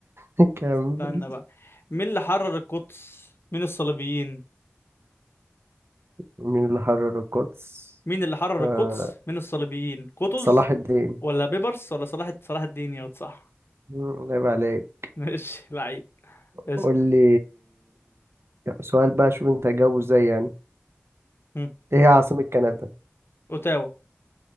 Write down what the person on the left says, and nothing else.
استنى بقى مين اللي حرر القدس من الصليبيين
مين اللي حرر
القدس من الصليبيين قطز
ولا بيبرس ولا صلاح صلاح الدين يا صح
<laughs> ماشي لعيب اسأل
هم.
اوتاوا